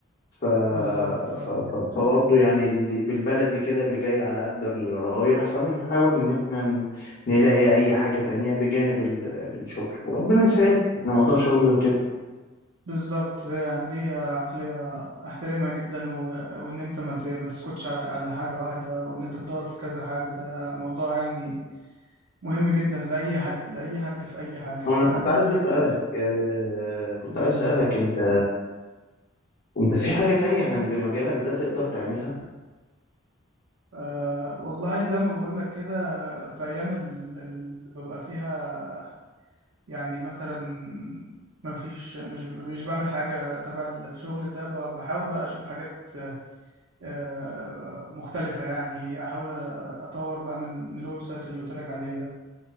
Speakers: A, on the left (about 45°); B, on the right (about 70°).
A: ف
B: بالظبط اه
A: ف فبرضه يعني اللي بالبلدي كده اللي جاي على قد اللي رايح فبنحاول ان احنا ن- نلاقي اي حاجة تانية بجانب ال- الشغل وربنا يسهل انا ما اقدرش اقول غير كده
B: بالظبط يعني دي عقلية أحترمها جدا و... وإن أنت ما, ت... ما تسكتش على... على حاجة واحدة وإن أنت تدور في كذا حاجة ده موضوع يعني مهم جدا لأي حد لأي حد في أي حاجة
A: وانا
B: في
A: كنت
B: أي
A: عايز اسالك آه كنت
B: مم.
A: عايز اسالك انت انت في حاجة تانية جنب مجالك ده تقدر تعملها
B: آه والله زي ما بقول لك كده في أيام ال- اللي ببقى فيها يعني مثلا ما فيش مش مش بعمل حاجة تبع الشغل ده ب- بحاول بقى أشوف حاجات آه، مختلفة يعني أحاول أطور بقى من من الويب سايت اللي قلت لك عليه ده